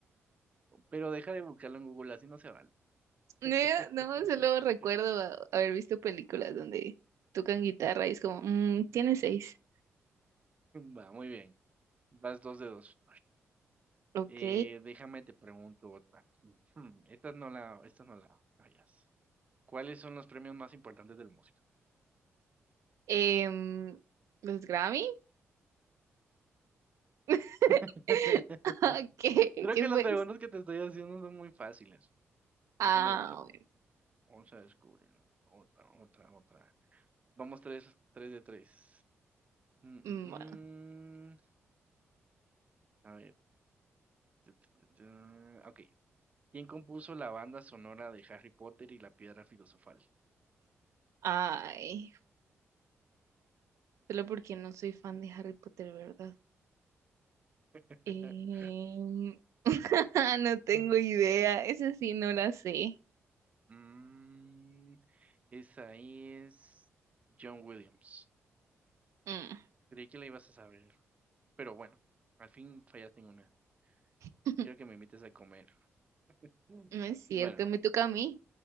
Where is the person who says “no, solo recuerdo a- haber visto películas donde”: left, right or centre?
Right